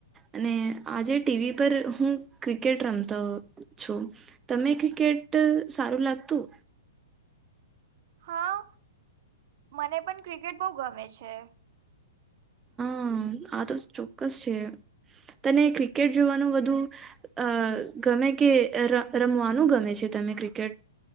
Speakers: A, on the right; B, on the right.
A: અને આજે ટીવી પર હું ક્રિકેટ રમતો છું. તમે ક્રિકેટ સારું લાગતું?
B: હા મને પણ ક્રિકેટ બહુ ગમે છે.
A: હમ આ તો ચોક્કસ છે તને ક્રિકેટ જોવાનું વધુ - અ ગમે કે રમવાનું ગમે છે તમે ક્રિકેટ